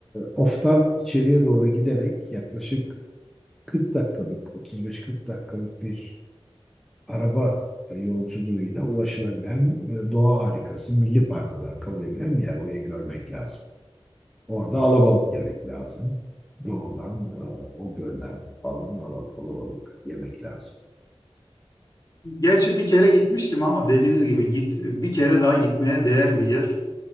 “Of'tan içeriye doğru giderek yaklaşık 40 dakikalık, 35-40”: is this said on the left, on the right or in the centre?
Centre